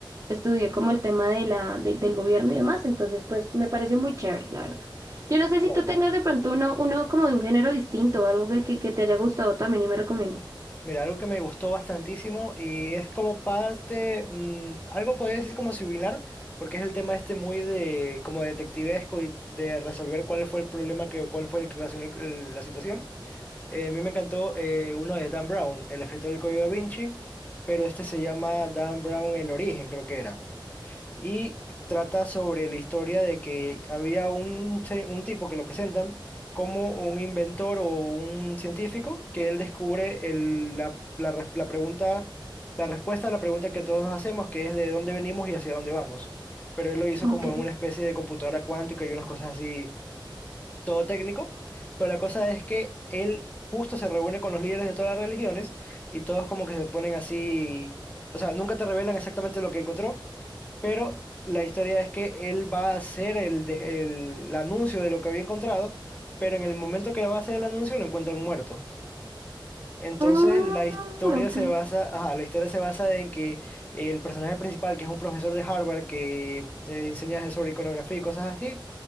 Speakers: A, on the right; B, on the left.
A: estudié como el tema de la, del del gobierno y demás, entonces pues me pareció muy chévere, la verdad. Yo no sé si
B: Claro.
A: tú tengas de pronto uno, uno como de un género distinto, algo que, que, que te haya gustado también y me recomiendes.
B: Mira, algo que me gustó bastantísimo y es como parte, mm, algo podría decir como similar, porque es el tema este muy de como detectivesco y de resolver cuál fue el problema que, cuál fue el que ocasionó el- el- la situación. Eh, a mí me encantó eh, uno de Dan Brown, el escritor del Código da Vinci, pero este se llama Dan Brown El Origen, creo que era y trata sobre la historia de que había un, se- un tipo que lo presentan como un inventor o un científico que él descubre el- la, la res- la pregunta, la respuesta a la pregunta que todos nos hacemos, que es de dónde venimos y hacia dónde vamos. Pero él lo hizo
A: Ok.
B: como en una especie de computadora cuántica y unas cosas así, todo técnico. Pero la cosa es que él justo se reúne con los líderes de todas las religiones y todos como que se ponen así, o sea, nunca te revelan exactamente lo que encontró pero la historia es que él va a hacer el, de- el, el anuncio de lo que había encontrado, pero en el momento que lo va a hacer el anuncio lo encuentran muerto. Entonces
A: Mm,
B: la historia
A: ok.
B: se basa, ajá, la historia se basa en que el personaje principal, que es un profesor de Harvard que eh, enseña sobre iconografía y cosas así,